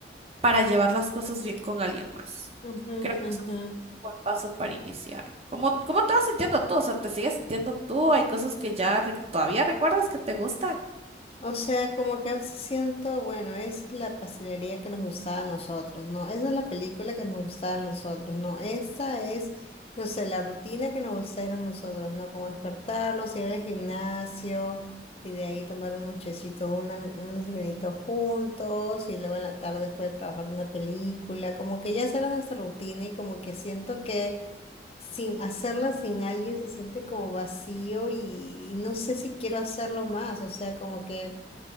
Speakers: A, on the right; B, on the left.
A: para llevar las cosas bien con alguien más.
B: ujú, ujú,
A: Creo que
B: ujú.
A: eso es un buen paso para iniciar. ¿Cómo, cómo te vas sintiendo tú? O sea, ¿te sigues sintiendo tú? ¿Hay cosas que ya rec- todavía recuerdas que te gustan?
B: O sea, como que a veces siento, bueno, es la pastelería que nos gustaba a nosotros, ¿no? Esa es la película que nos gustaba a nosotros, ¿no? Esta es, no sé, la rutina que nos gustaba a nosotros, ¿no? Como despertarnos, ir al gimnasio y de ahí tomar un nochecito, un alm- un desayunito juntos y luego en la tarde después de trabajar una película, como que ya esa era nuestra rutina y como que siento que... sin hacerla sin alguien se siente como vacío y, y no sé si quiero hacerlo más, o sea, como que